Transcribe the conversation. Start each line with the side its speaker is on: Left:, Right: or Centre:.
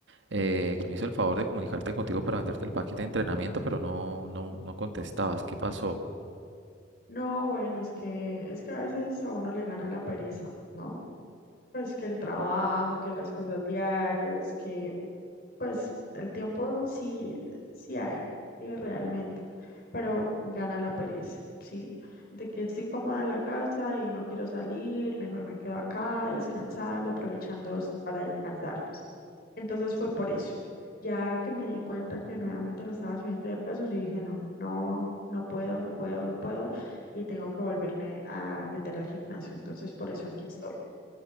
Right: eh, que me hizo el favor de comunicarte contigo para venderte el paquete de entrenamiento, pero no, no, no contestabas. ¿Qué pasó?
Left: No, bueno, es que es que a veces a uno le gana la pereza, ¿no? Pues que el trabajo, que las cosas diarias, que pues el tiempo sí, sí hay, sí realmente, pero gana la pereza, ¿sí? De que estoy cómoda en la casa y no quiero salir, mejor me quedo acá descansando, aprovechando es- para descansar, ¿sí? Entonces fue por eso. Ya que me di cuenta que nuevamente me estaba subiendo de pesos yo dije, no, no, no puedo, no puedo, no puedo, y tengo que volverme a meter al gimnasio. Entonces por eso aquí estoy.